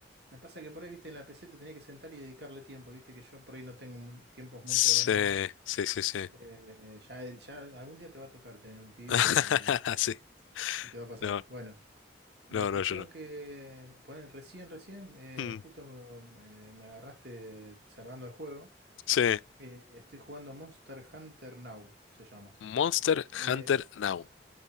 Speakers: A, on the right; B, on the left.
A: me pasa que por ahí, viste, en la PC te tenés que sentar y dedicarle tiempo, viste, que yo por ahí no tengo mu- tiempos muy
B: sí,
A: prolongados.
B: sí, sí, sí.
A: Eh, ya, el- ya algún día te va a tocar tener un pibe
B: <laughs> Sí,
A: y, y te va a pasar.
B: no,
A: Bueno. La
B: no,
A: cuestión
B: no, yo no.
A: que, ponen recién, recién, eh,
B: Mm,
A: justo me, eh, me agarraste cerrando el juego.
B: Sí,
A: Eh, estoy jugando Monster Hunter Now, se llama.
B: Monster
A: Eh,
B: Hunter Now.